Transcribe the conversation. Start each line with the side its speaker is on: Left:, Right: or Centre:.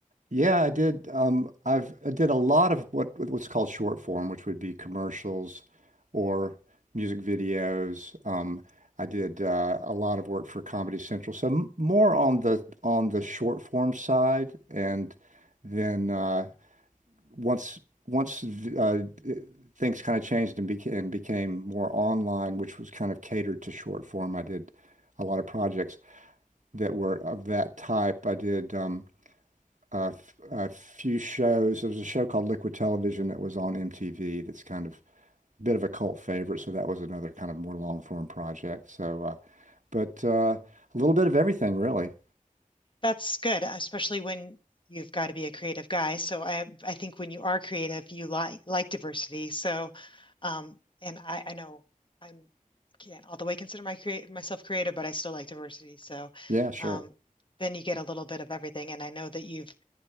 Right: Yeah, I did. Um, I've I did a lot of what what's called short form, which would be commercials or music videos. Um, I did uh, a lot of work for Comedy Central, so m more on the on the short form side. And then uh, once once v- uh, things kind of changed and became and became more online, which was kind of catered to short form. I did a lot of projects that were of that type. I did. Um, a, f- a few shows. There was a show called Liquid Television that was on MTV that's kind of a bit of a cult favorite. So that was another kind of more long form project. So, uh, but uh, a little bit of everything, really.
Left: That's good, especially when you've got to be a creative guy. So I I think when you are creative, you like like diversity. So um and I I know I'm can't all the way consider my create myself creative, but I still like diversity. So
Right: Yeah, sure.
Left: um then you get a little bit of everything. And I know that you've